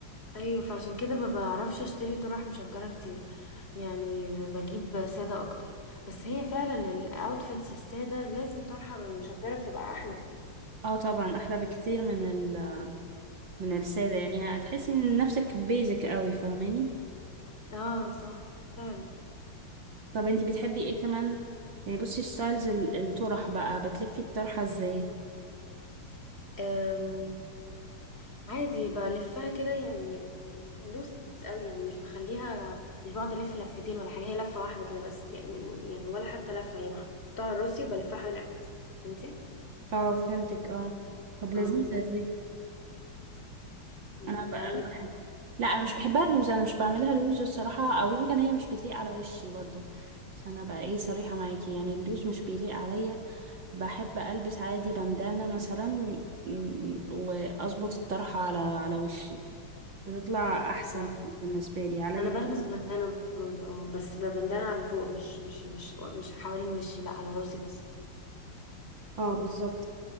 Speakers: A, on the left; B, on the right.
A: ايوه فعشان كده ما بعرفش اشتري طرح مشجرة كتير يعني بجيب سادة اكتر بس هي فعلا الاوتفيتس السادة لازم طرحة مشجرة بتبقى احلى
B: اه طبعا احلى بكتير من ال من الساده يعني هتحسي ان نفسك بيزك قوي فاهماني
A: اه صح فعلا
B: طب انتي بتحبي ايه كمان يعني بصي ستايلز ال- الطرح بقى بتلفي الطرحه ازاي
A: أم، عادي بلفها كده يعني لوس قوي يعني مش بخليها مش بقعد الف لفتين ولا حاجه هي لفه واحده كده بس يعني يعني ولا حتى لفه هي بحطها على راسي وبلفها حوالين رقبتي، فهمتي
B: اه فهمتك اه طب لذيذه
A: اه بس
B: دي
A: مم،
B: انا ب-
A: بعمل
B: بح- لا انا مش بحبها لوز انا مش بعملها لوز الصراحه او يمكن هي مش بتليق على وشي برضو عشان ابقى ايه صريحه معاكي يعني اللوز مش بيليق عليا بحب البس عادي بندانه مثلا م- م- واظبط الطرحه على على وشي بتطلع احسن
A: آه.
B: بالنسبه لي عليا
A: انا بلبس بندانه برضه اه بس بندانه على فوق مش مش مش مش حوالين وشي لا على راسي بس
B: اه بالظبط